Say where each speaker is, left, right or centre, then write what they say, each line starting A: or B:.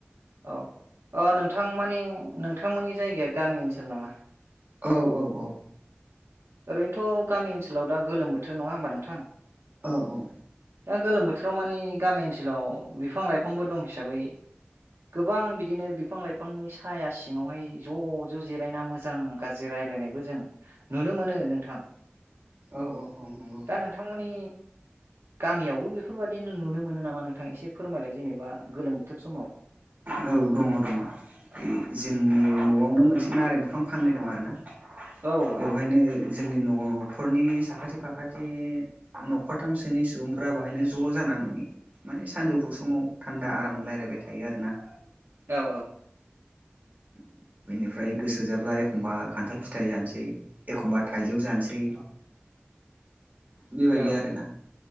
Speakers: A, on the right (about 75°); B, on the right (about 40°).
A: औ ओ नोंथां माने नोंथांमोननि जायगाया गामि ओनसोल नामा
B: औ औ औ
A: ओरैनोथ' गामि ओनसोलाव दा गोलोम बोथोर नङा होमबा नोंथां
B: औ औ
A: ओ गोलोम बोथोराव मानि गामि ओनसोलाव बिफां लाइफांबो दं हिसाबै गोबां बिदिनो बिफां -लाइफांनि साया सिङावहाय ज' ज' जिरायना मोजां -गाज्रि राय रायलायनायबो जों नुनो मोनो नोंथां
B: औ औ औ नंगौ
A: दा नोंथांमोननि गामियावबो बेफोरबायदि नुनो मोनो नामा नोंथांआ एसे फोरमायलाय जेनेबा गोलोम बोथोर समाव
B: औ दङ दङ बे जोंनि न'आवनो मोनसे नारें बिफां फांनै दं आरो ना
A: औ नोंथां
B: बेवहायनो जोंनि न' न'खरनि साखाथि फाखाथि न'खरथामसोनि सुबुंफोरा बाहायनो ज' जानानै माने सानजौफु समाव थान्दा आराम रायलायबाय थायो आरो ना
A: औ औ
B: <unintelligible> <inaudible> बेनिफ्राय गोसो जाब्ला एखमबा खान्थाल फिथाइ जानोसै एखमबा थाइजौ जानोसै
A: <unintelligible> <inaudible>
B: बेबायदि
A: औ
B: आरोना